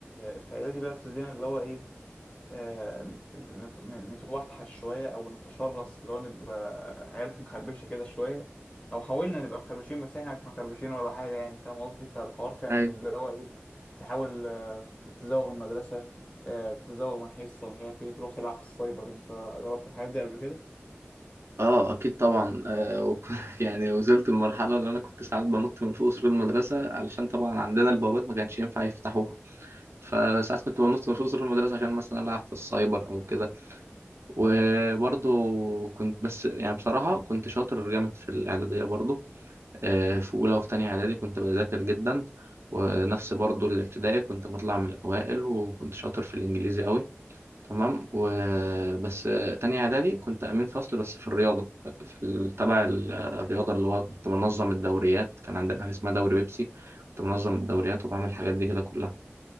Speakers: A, on the left; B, on the right.
A: في اعدادي بقى ابتدينا اللي هو ايه آه، نت- نت- نتوحش شوية أو نتشرس اللي هو نبقى عيال مخربشة كده شوية أو حاولنا نبقى مخربشين بس إحنا مش مخربشين ولا حاجة يعني فاهم قصدي فالحوار كان
B: ايوه
A: اللي هو إيه تحاول آه، ت- تزوغ من المدرسة آه، تزوغ من حصة مش عارف إيه تروح تلعب في السايبر أنت جربت الحاجات دي قبل كده؟
B: اه اكيد طبعا آه وك- <laughs> يعني وصلت المرحله اللي انا كنت ساعات بنط من فوق سور المدرسه علشان طبعا عندنا البوابات ما كانش ينفع يفتحوها فساعات كنت بنط من فوق سور المدرسة عشان مثلا ألعب في السايبر أو كده وبرضه كنت بس يعني بصراحة كنت شاطر جامد في الإعدادية برضه آه، في أولى وفي تانية إعدادي كنت بذاكر جدا ونفس برضه الابتدائي كنت بطلع من الأوائل وكنت شاطر في الإنجليزي أوي تمام وبس تانية إعدادي كنت أمين فصل بس في الرياضة في ال- تبع ال- الرياضة اللي هو كنت منظم الدوريات كان عندنا حاجة اسمها دوري بيبسي كنت منظم الدوريات وبعمل الحاجات دي كده كلها